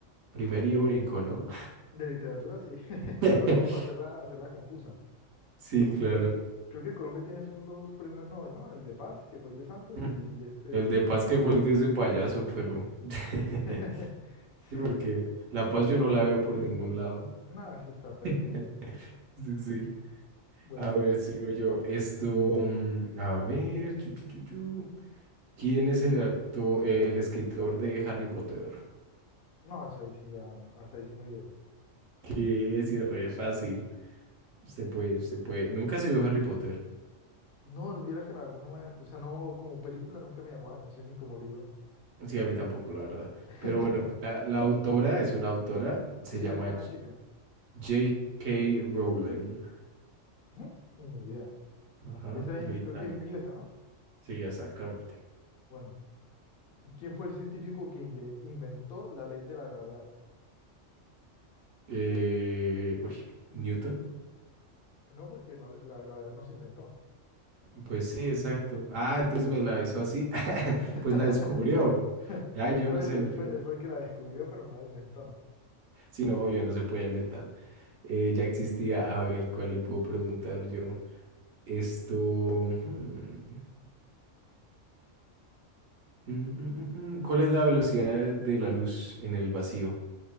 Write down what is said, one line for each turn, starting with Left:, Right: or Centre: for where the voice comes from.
Right: Primer y único, ¿no?
Left: De literatura, sí. <laughs>
Right: <laughs>
Left: No, es como para hacerla, hacerla confusa.
Right: Sí,
Left: Lo-
Right: claro.
Left: lo- creo que Colombia tiene son dos premios Nobel, ¿no? El de Paz, que fue el de Santos,
Right: Mm.
Left: y este de...
Right: El de Paz que fue el de ese payaso, pero... <laughs>
Left: <laughs> Sí.
Right: Sí, porque la Paz yo no la veo por
Left: <clears throat>
Right: ningún lado.
Left: Nada, eso está perdido.
Right: <laughs> Sí, sí.
Left: Bueno,
Right: A ver, sigo yo. Esto, mm, a ver, chu, chu, chu, chu. ¿Quién es el actor, el escritor de Harry Potter?
Left: no, eso ahí sí ya, hasta ahí sí no llego.
Right: Que es re fácil. Usted puede, usted puede. Nunca se vio Harry Potter.
Left: No, vieras que la verdad no me, o sea, no, como película nunca me llamó la atención ni como libro.
Right: Sí, a mí tampoco, la verdad.
Left: <laughs>
Right: Pero bueno, la, la autora es una autora, se
Left: Sí,
Right: llama
Left: yo sé que una chica.
Right: J- K. Rowling.
Left: Ujú, Ni idea.
Right: Ajá,
Left: Esa
Right: británica.
Left: es- creo que es inglesa, ¿no?
Right: Sí, exactamente.
Left: Bueno, ¿quién fue el científico que inve- inventó la ley de la gravedad?
Right: Eh, uy, Newton.
Left: No, porque la, la gravedad no se inventó.
Right: Pues sí, exacto. Ah, entonces me la hizo así. <laughs>
Left: <laughs>
Right: Pues la descubrió. Ya,
Left: Él
Right: yo
Left: fue,
Right: no sé,
Left: él
Right: no
Left: fue,
Right: tengo.
Left: él fue el que la descubrió, pero no la inventó.
Right: Si no, yo no se puede inventar. Eh, ya existía. A ver, ¿cuál le puedo preguntar yo? Esto. hmm, mm, mm, mm, mm. ¿Cuál es la velocidad de la luz en el vacío?